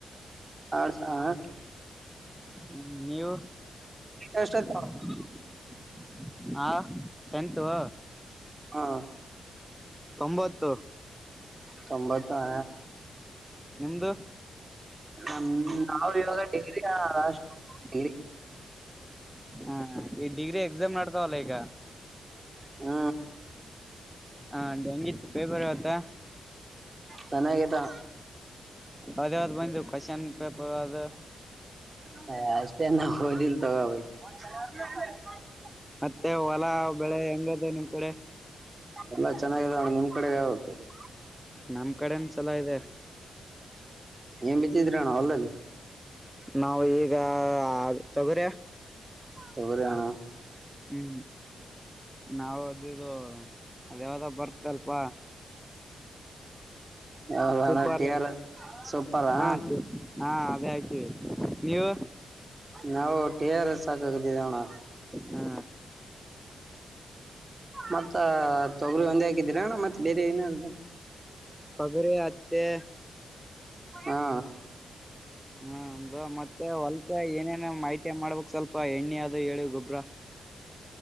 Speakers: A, on the right; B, in the centre.
A: ಆ ಆಟ್ಸ್ ಅಣ್ಣ
B: ಹ್ಮ್ ನೀವು
A: ಎಷ್ಟ ಆಯ್ತ
B: <inaudible> ಹಾ ಟೆನ್ತುವ
A: ಹಾ
B: ತೊಂಬತ್ತು
A: ತೊಂಬತ್ತಣ
B: ಅದು
A: ನ ನಾವ ಇವಾಗ ಡಿಗ್ರಿ <unintelligible> ಡಿಗ್ರಿ
B: ಹಾ ಈ ಡಿಗ್ರಿ ಎಕ್ಸಾಮ್ ನಡ್ತವಲ್ಲ ಈಗ
A: ಹ್ಮ
B: ಹಾ ಡೆಂಗಿ ತುಪ್ಪೇ ಬರ್ವತ್ತ <unintelligible>
A: ಚೆನ್ನಾಗತಾ
B: ಅದ ಯಾವದ್ ಬು ಕ್ವಶನ್ ಪೇಪರ್ ಅದು
A: ಹ ಎ ಅಷ್ಟೇನ ಹೋದಿಲ್ ತೊಗೊ ಬೈ. <unintelligible>
B: <unintelligible> ಎಲ್ಲ ಬೆಳೆ ಹೆಂಗದೆ ನಿಮ್ ಕಡೆ?
A: ಎಲ್ಲಾ ಚೆನ್ನಾಗಿದೆ ಅಣ್ಣ ನಿಮ್ ಕಡೆ ಹೇಳ್ಬೇಕ.
B: ನಮ ಕಡೆನ್ ಚಲೋ ಇದೆ.
A: ಏನ್ ಬಿತ್ತಿದ್ರಿ ಅಣ್ಣ ಹೊಲ್ದಾಗ್ಗ್?
B: ನಾವ ಈಗ ತೊಗರಿ.
A: ತೊಗರೆ ಆಣ
B: ಹ್ಮ್ ನಾವ ಅದದು ಅದ ಯಾವ್ದ ಬರ್ತ ಅಲ್ಪ
A: ಯಾವ್ದ
B: ಸೂಪರ್
A: ಅಣ್ಣ ಟಿ ಆರ್ ಎಸ್ ಸೂಪರಾ
B: ಹ ಸೂಪರ್ ಹ. ಹಾಕಿವಿ ನೀವು?
A: ನಾವು ಟಿ ಆರ್ ಎಸ್ ಹಾಕಕತಿದ್ದೇವ್ ಅಣ್ಣಾ.
B: ಹಾ
A: ಮತ್ತ ತೊಗರಿ ಒಂದೇ ಹಾಕಿದೀರ? ಅಣ ಮತ್ತೆ ಬೇರೆ ಏನಾರ?
B: ತೋಗರಿ, ಹತ್ತಿ
A: ಹಾ
B: ಹಾ ಬ ಮತ್ತೆ ಹೊಲ್ಕ ಏನೇನ ಮಾಹಿತಿಯ ಮಾಡ್ಬೇಕ್ ಸ್ವಲ್ಪ. ಸ್ವಲ್ಪ್ ಎಣ್ಣೆ ಆದು ಹೇಳು ಗೊಬ್ ಬ್ರೋ